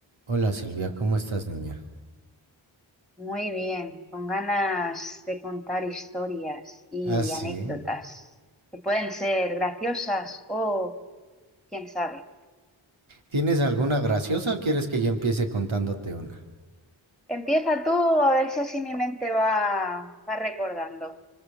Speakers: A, on the right; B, in the centre.
A: Hola Silvia, ¿cómo estás, niña?
B: Muy bien, con ganas de contar historias y
A: Ah, sí.
B: anécdotas que pueden ser graciosas o quién sabe.
A: ¿Tienes alguna graciosa o quieres que yo empiece contándote una?
B: Empieza tú a ver si así mi mente va, va recordando.